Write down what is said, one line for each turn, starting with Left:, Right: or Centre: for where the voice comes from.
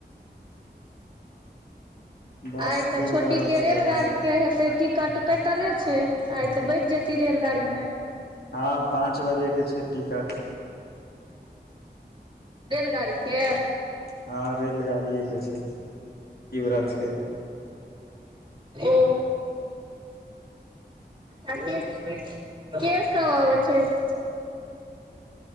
Left: बस
Right: आइ तऽ
Left: चलि
Right: छोटी
Left: रहल
Right: के
Left: छै
Right: रेलगाड़ी
Left: आओर सब
Right: के हेतै टिकट कटले छैय आइ तऽ बैठ जेती रेलगाड़ी मे?
Left: हँ पाँच बजे के छैय टिकट।
Right: रेलगाड़ी के?
Left: हँ रेलगाड़िएके छैय, <unintelligible> रथ के।
Right: ओ आ के के सब अबै छैथ?